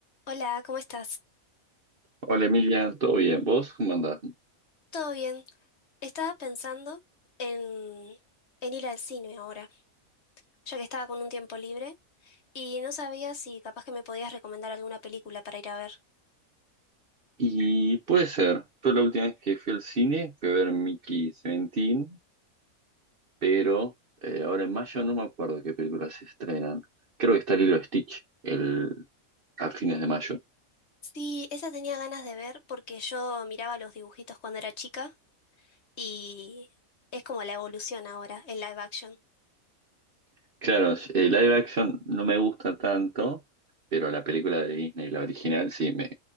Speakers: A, on the left; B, on the right.
A: Hola, ¿cómo estás?
B: Hola Emilia, ¿todo bien? ¿Vos cómo andás?
A: ¿Todo bien? Estaba pensando en, en ir al cine ahora, ya que estaba con un tiempo libre y no sabía si capaz que me podías recomendar alguna película para ir a ver.
B: Y puede ser, yo la última vez que fui al cine fui a ver Mickey 17, pero eh, ahora en mayo no me acuerdo qué películas se estrenan. Creo que está Lilo Stitch el, a fines de mayo.
A: Sí, esa tenía ganas de ver porque yo miraba los dibujitos cuando era chica y es como la evolución ahora, el live action.
B: Claro, el live action no me gusta tanto, pero la película de Disney, la original, sí, me